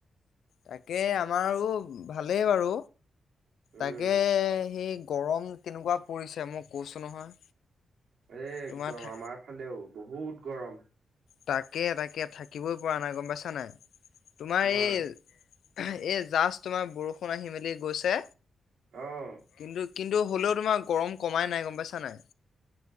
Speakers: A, on the left; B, on the right.
A: তাকে আমাৰো ভালেই বাৰু।
B: উম,
A: তাকে সি। গৰম কেনেকুৱা পৰিছে মই কৈছোঁ নহয়।
B: এ একদম
A: তোমাৰ থা
B: আমাৰ ফালেও। বহুত গৰম।
A: তাকে তাকে, থাকিবই পৰা নাই গম পাইছা নাই। তোমাৰ
B: হয়
A: এই। এ জাষ্ট তোমাৰ বৰষুণ আহি মেলি গৈছে।
B: অ'।
A: কিন্তু কিন্তু হ'লেও তোমাৰ গৰম কমাই নাই গম পা। ইছা নাই?